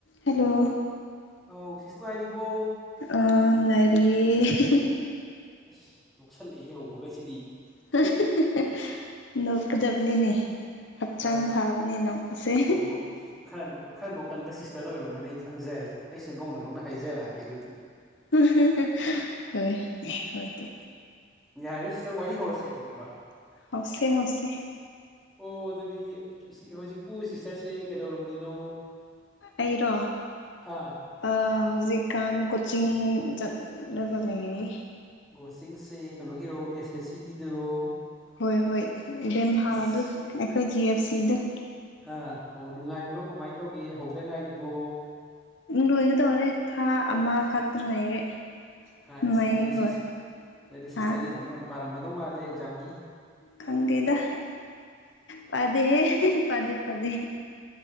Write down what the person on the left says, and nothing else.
hello
ꯑ ꯅꯨꯡꯉꯥꯏꯔꯤꯑꯦ
<unintelligible> ꯅꯣꯛꯀꯗꯕꯅꯤꯅꯦ ꯍꯛꯆꯥꯡ
ꯐꯕ ꯅꯤ ꯅꯣꯛꯄꯁꯦ
<unintelligible> ꯍꯣꯏ ꯍꯣꯏꯗꯦ
ꯍꯧꯁꯦ ꯍꯧꯁꯦ
ꯑꯩꯔꯣ
ꯑ ꯍꯧꯖꯤꯛꯀꯥꯟ ꯀꯣꯆꯤꯡ ꯆꯠꯂꯒ ꯂꯩꯔꯤ
ꯍꯣꯏ ꯍꯣꯏ ꯏꯕꯦꯝꯍꯥꯜꯗꯨ
ꯑꯩꯈꯣꯏ ꯖꯤ ꯑꯦꯐ ꯁꯤꯗꯣ
ꯂꯣꯏꯒꯗꯧꯔꯦ ꯊꯥ ꯑꯃꯈꯛꯇ ꯉꯥꯏꯔꯦ
ꯅꯨꯡꯉꯥꯏꯌꯦ
ꯍꯣꯏ
ꯍꯥ
ꯈꯪꯗꯦꯗ ꯄꯥꯗꯦꯍꯦ ꯄꯥꯗꯦ ꯄꯥꯗꯦ